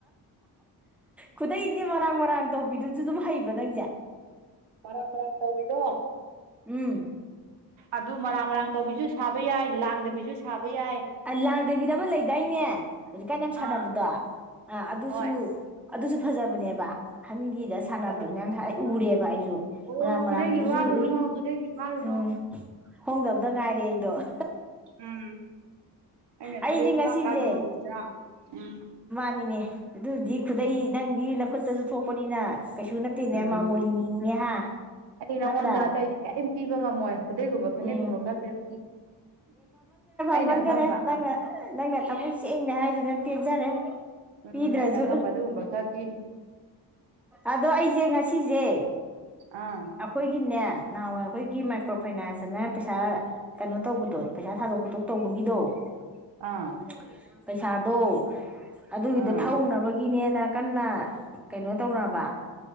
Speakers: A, in the centre; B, on the right.
A: ꯈꯨꯗꯩꯁꯦ ꯃꯔꯥꯡ ꯃꯔꯥꯡ ꯇꯧꯕꯤꯗꯨꯁꯨ ꯑꯗꯨꯝ ꯍ ꯗꯪꯖꯦ
B: ꯍꯔꯕꯔ ꯇꯧꯕꯤꯗꯣ
A: ꯎꯝ
B: ꯑꯗꯨ ꯃꯔꯥꯡ ꯃꯔꯥꯡ ꯇꯧꯕꯤꯖ ꯁꯥꯕ ꯌꯥꯏ ꯂꯥꯡꯗꯕꯤꯁꯨ ꯁꯥꯕ ꯌꯥꯏ
A: ꯑ ꯂꯥꯡꯗꯕꯤꯗꯕ ꯂꯩꯗꯥꯏꯅꯦ ꯍꯧꯖꯤꯛꯀꯥꯟ ꯌꯥꯝ ꯁꯥꯟꯅꯕꯗꯣ
B: ꯑꯥ
A: ꯑꯥ ꯑꯗꯨꯁꯨ
B: ꯍꯣꯏ
A: ꯑꯗꯨꯁꯨ ꯐꯖꯕꯅꯦꯕ ꯑꯍꯟꯒꯤꯗ ꯁꯥꯟꯅꯕ
B: ꯐꯖꯕꯅꯤ
A: ꯃꯌꯥꯝ ꯎꯔꯦꯕ ꯑꯩ ꯑꯩꯁꯨ
B: ꯑꯣ
A: ꯃꯔꯥꯡ ꯃꯔꯥꯡꯕꯗꯨꯁꯨ
B: ꯈꯨꯗꯩꯒꯤ ꯋꯥꯔꯨꯅꯣ
A: ꯎꯏ
B: ꯈꯨꯗꯩꯒꯤ ꯋꯥꯔꯨꯅꯣ
A: ꯎꯝ ꯍꯣꯡꯗꯕꯗ ꯉꯥꯏꯔꯦ ꯑꯩꯗꯣ <inaudible>
B: ꯎꯝ ꯑꯩꯅ
A: ꯑꯩꯗꯤ
B: ꯈꯨꯗꯩ ꯇꯔꯥ
A: ꯉꯁꯤꯁꯦ
B: ꯀꯥꯗꯕ ꯃꯣꯂꯗ ꯎꯝ
A: ꯅꯦ ꯑꯗꯨꯗꯤ ꯈꯨꯗꯩ ꯅꯪꯗꯤ ꯅ ꯈꯨꯠꯇꯁꯨ ꯊꯣꯛꯄꯅꯤꯅ ꯀꯩꯁꯨ ꯅꯠꯇꯦꯅꯦ
B: ꯎꯝ
A: ꯃꯥꯃꯣꯂꯤꯅꯤꯅꯦ ꯍꯥ
B: ꯑꯩ ꯅꯉꯣꯟꯗ
A: ꯅꯠꯇ꯭ꯔꯥ
B: ꯑꯇꯩꯗꯤ ꯀꯔꯤꯝ ꯄꯤꯕ ꯉꯝꯃꯣꯏ ꯈꯨꯗꯩꯒꯨꯝꯕ ꯐꯅꯦꯛꯀꯨꯝꯕ
A: ꯎꯝ
B: ꯈꯔ ꯄꯤꯔꯛꯅꯤ ꯑꯩꯅ
A: ꯈꯃꯟꯈꯔꯦ
B: ꯑꯉꯝꯕ
A: ꯅꯪꯅ ꯅꯪꯅ ꯊꯕꯛ ꯁꯦꯡꯅꯦ ꯍꯥꯏꯗꯨꯅ ꯄꯦꯟꯖꯔꯦ
B: ꯎꯝ
A: ꯄꯤꯗ꯭ꯔꯁꯨ
B: ꯑꯩꯅ ꯑꯉꯝꯕ ꯑꯗꯨꯒꯨꯝꯕ ꯈꯔ ꯄꯤꯅꯤ
A: ꯑꯗꯣ ꯑꯩꯁꯦ ꯉꯁꯤꯁꯦ
B: ꯑꯥ
A: ꯑꯩꯈꯣꯏꯒꯤꯅꯦ ꯅꯍꯥꯟꯋꯥꯏ ꯑꯩꯈꯣꯏꯒꯤ ꯃꯥꯏꯀ꯭ꯔꯣ ꯐꯥꯏꯅꯥꯟꯁꯇꯅ ꯄꯩꯁꯥ ꯀꯩꯅꯣ ꯇꯧꯕꯗꯣ ꯄꯩꯁꯥ ꯊꯥꯗꯣꯛ ꯈꯣꯇꯣꯛ ꯇꯧꯕꯒꯤꯗꯣ
B: ꯑꯥ
A: ꯍ ꯐ ꯄꯩꯁꯥꯗꯣ ꯑꯗꯨꯒꯤꯗꯣ
B: ꯑꯥ
A: ꯊꯧꯅꯕꯒꯤꯅꯦꯅ ꯀꯟꯅ ꯀꯩꯅꯣ ꯇꯧꯅꯕ